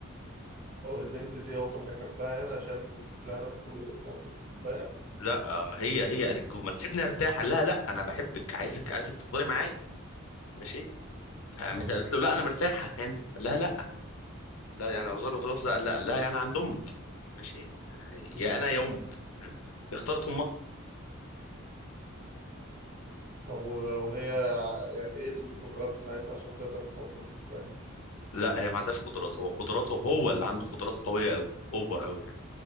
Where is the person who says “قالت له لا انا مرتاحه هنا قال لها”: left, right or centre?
Left